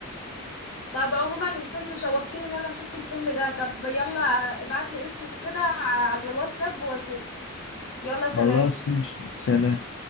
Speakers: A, on the left; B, on the left.
A: طب عموما الفيلم شوقتني ان انا اشوف الفيلم ده طب يلا ابعت لي اسمه كده ع- على الواتساب واشوف يلا سلام
B: خلاص ماشي سلام